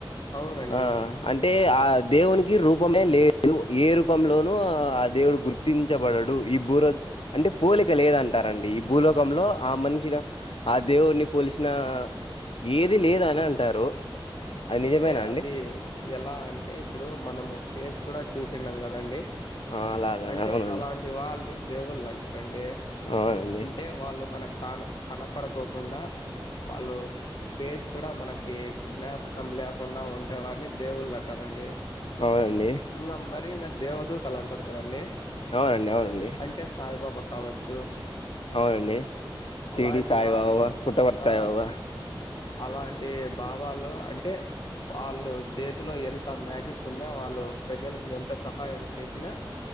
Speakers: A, on the left; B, on the left.
A: అవునండి
B: ఆ అంటే ఆ దేవుని ఈ రూపమే లేదు ఏ రూపంలోనూ ఆ దేవుడు గుర్తించబడడు. ఇప్పుడు ఈ భురాత్ అంటే పోలిక లేదంటారండి ఈ భూలోకంలో ఆ మనిషిగా అ దేవుని పోలిసిన ఆ ఏది లేదనే అంటారు. అది
A: అంటే
B: నిజమేనా అండి
A: అధీ ఎలా అంటే ఇప్పుడు మనము ఫేస్ కూడా చుసిండం కదండి.
B: ఆ అలాగా
A: అంటే
B: అవునండి
A: అలాంటి వాళ్ళని అండి
B: అవునండి
A: అంటే వాళ్ళు మనకి కాన కనపడుకోకుండా వాళ్ళు ఫేస్ కూడా మనకి జ్ఞాపక లేకుండా ఉండేవారిని దేవుళ్ళు అంటారండి.
B: అవునండి
A: ఇంద మరీ నన్ దేవదూతలు అంటారు కదండి
B: అవునండి అవునండి
A: అంటే సాయిబాబా కావచ్చు
B: అవునండి షిరిడీ
A: అలాంటి
B: సాయి
A: వారిని
B: బాబా పుట్టపర్తి
A: ఆ
B: సాయి బాబా
A: అలాంటి బాబాలు అంట్ అంటే వాళ్ళు చేతిలో ఎంత మ్యాజిక్ ఉన్నా వాళ్ళు ప్రజలకు ఎంత సహాయం చేసినా